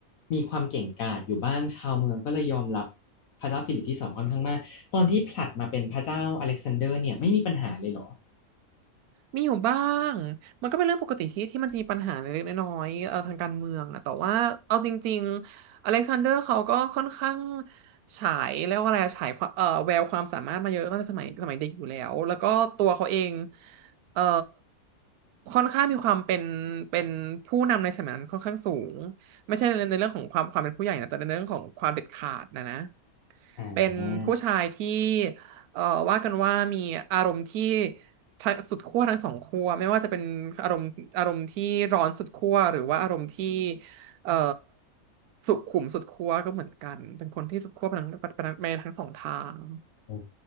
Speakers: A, on the left; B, on the right.
A: มีความเก่งกาจอยู่บ้างชาวเมืองก็เลยยอมรับพระเจ้าฟิลิปที่สองค่อนข้างมากตอนที่ผลัดมาเป็นพระเจ้าอเล็กซานเดอร์เนี่ยไม่มีปัญหาเลยเหรอ
B: มีอยู่บ้าง มันก็เป็นเรื่องปกติที่ที่มันจะมีปัญหาเล็กๆน้อยๆเอ่อทางการเมืองอะแต่ว่าเอาจริงๆอเล็กซานเดอร์เขาก็ค่อนข้างฉายแลีว่าอะไรอะฉายความเอ่อแววความสามารถมาเยอะตั้งแต่สมัยสมัยเด็กอยู่แล้วแล้วก็ตัวเขาเองเอ่อค่อนข้างมีความเป็นเป็นผู้นำในสมัยนั้นค่อนข้างสูงไม่ใช่ในในเรื่องของความความเป็นผู้ใหญ่นะแต่ในเรื่องของความเด็ดขาดนะนะ
A: อ่
B: เป็นผู้ชายที่
A: า
B: เอ่อว่ากันว่ามีอารมณ์ที่ทั้งสุดขั้วทั้งสองขั้วไม่ว่าจะเป็นอารมณ์อารมณ์ที่ร้อนสุดขั้วหรือว่าอารมณ์ที่เอ่อสุขุมสุดขั้วก็เหมือนกันเป็นคนที่สุดขั้วไปทั้งไปทั้งสองทาง
A: โอ้